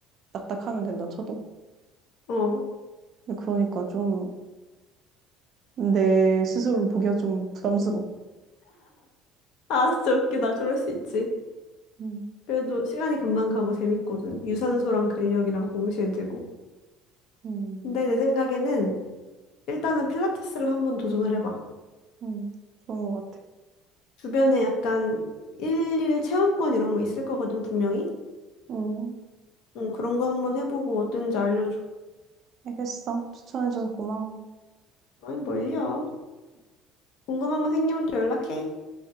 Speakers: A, on the right; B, on the left.
A: 딱딱 하면 된다 쳐도.
B: 어.
A: 근데 그러니까 좀 내 스스로를 보기가 좀 부담스러워.
B: 아, 진짜 웃기다. 그럴 수 있지.
A: 음,
B: 그래도 시간이 금방 가고 재밌거든. 유산소랑 근력이랑 동시에 되고.
A: 음,
B: 근데 내 생각에는 일단은 필라테스를 한번 도전을 해봐.
A: 음, 좋은 것 같아.
B: 주변에 약간 일일 체험권 이런 거 있을 거거든, 분명히.
A: 음,
B: 응, 그런 거 한번 해보고 어땠는지 알려줘.
A: 알겠어. 추천해줘서 고마워.
B: 아니, 뭘요? 궁금한 거 생기면 또 연락해.